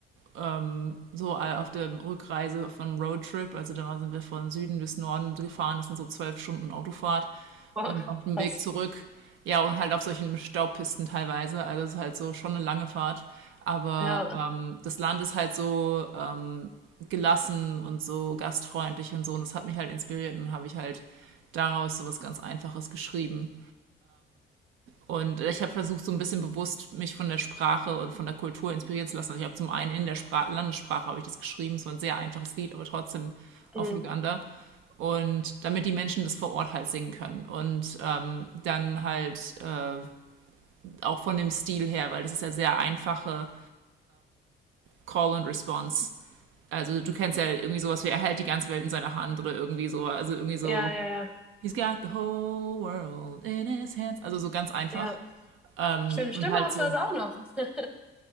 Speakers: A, on the right (about 85°); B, in the centre.
A: ähm, so auf der Rückreise vom Roadtrip. Also da sind wir von Süden bis Norden gefahren. Das sind so zwölf Stunden Autofahrt
B: Boah,
A: und auf dem
B: krass.
A: Weg zurück. Ja, und halt auf solchen Staubpisten teilweise. Also es ist halt so schon eine lange Fahrt. Aber
B: Ja,
A: ähm, das Land ist halt so ähm, gelassen und so gastfreundlich und so. Und das hat mich halt inspiriert. Und dann habe ich halt daraus so was ganz Einfaches geschrieben. Und ich habe versucht, so ein bisschen bewusst mich von der Sprache und von der Kultur inspirieren zu lassen. Also ich habe zum einen in der Spra Landessprache habe ich das geschrieben, es war ein sehr einfaches Lied, aber trotzdem auf
B: mm,
A: Luganda. Und damit die Menschen das vor Ort halt singen können. Und ähm, dann halt äh, auch von dem Stil her, weil das ist ja sehr einfache Call and Response. Also du kennst ja irgendwie sowas wie, er hält die ganze Welt in seiner Hand oder irgendwie so, also irgendwie so,
B: ja, ja, ja,
A: he's got the whole world in his hands. Also so ganz einfach.
B: ja.
A: Ähm,
B: Schöne
A: und
B: Stimme
A: halt
B: hast
A: so.
B: du also auch noch. <laughs>